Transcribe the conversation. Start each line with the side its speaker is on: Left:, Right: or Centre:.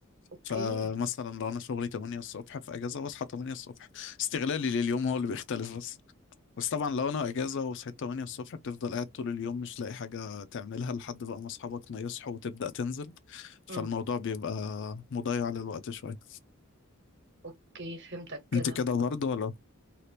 Right: اوكي
Left: فمثلا لو أنا شغلي 8 الصبح في أجازة بصحى 8 الصبح استغلالي لليوم هو اللي بيختلف بس بس طبعا لو أنا أجازة وصحيت 8 الصبح بتفضل قاعد طول اليوم مش لاقي حاجة تعملها لحد بقى ما أصحابك ما يصحوا وتبدأ تنزل فالموضوع
Right: امم
Left: بيبقى مضيع للوقت شوية
Right: اوكي فهمتك كده
Left: أنت كده برضه ولا؟